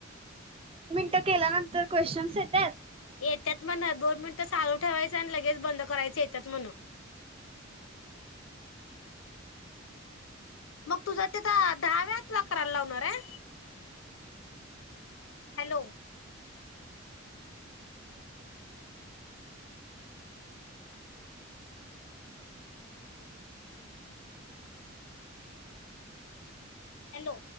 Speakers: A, on the right; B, on the left.
A: ते केल्यानंतर क्वेश्चनस् येत्यात.
B: येत्यात म्हण दोन मिनिट चालू ठेवायचं आणि लगेच बंद करायचं येत्यात म्हण. मग तुझ्या तिथं दहा वेळा तुला कराला लावणार आहे? Hello hello.